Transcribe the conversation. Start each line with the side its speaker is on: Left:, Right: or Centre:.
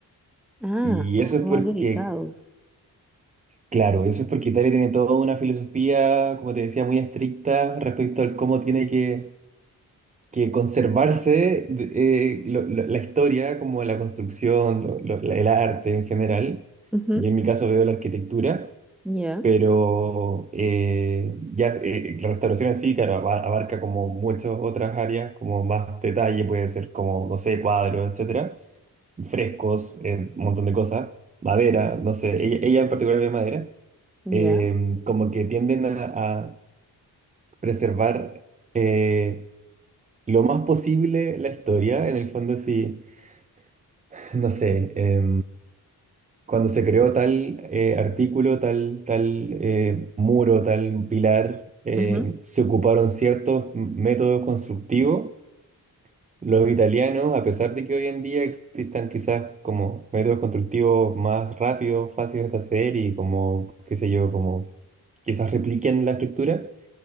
Centre: Ah,
Right: Y
Centre: como
Right: eso es
Centre: son
Right: porque,
Centre: más dedicados.
Right: claro, eso es porque Italia tiene toda una filosofía, como te decía, muy estricta respecto al cómo tiene que, que conservarse de- eh, lo- lo- la historia, como la construcción, lo- lo- la- el arte en general.
Centre: Ujú.
Right: Yo en mi caso veo la arquitectura,
Centre: Ya.
Right: pero eh, ya eh, la restauración en sí, claro, aba- abarca como muchas otras áreas, como más detalle, puede ser como, no sé, cuadros, etcétera frescos, eh, un montón de cosas, madera, no sé, ella, ella en particular ve madera,
Centre: Ya.
Right: eh, como que tienden a, a preservar eh, lo más posible la historia, en el fondo sí, <laughs> no sé, eh, cuando se creó tal eh, artículo, tal, tal eh, muro, tal pilar, eh,
Centre: Ujú.
Right: se ocuparon ciertos métodos constructivos Los italianos, a pesar de que hoy en día existan quizás como métodos constructivos más rápidos, fáciles de hacer y como, qué sé yo, como quizás repliquen la estructura,